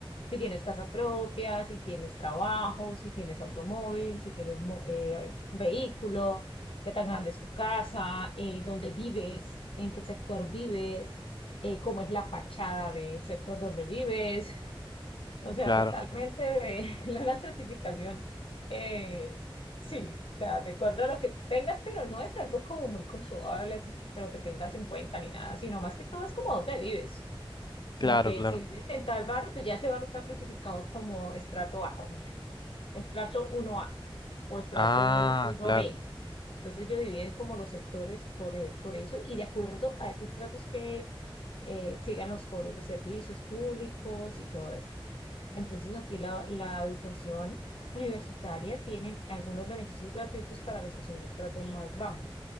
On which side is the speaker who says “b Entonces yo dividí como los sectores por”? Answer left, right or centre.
Left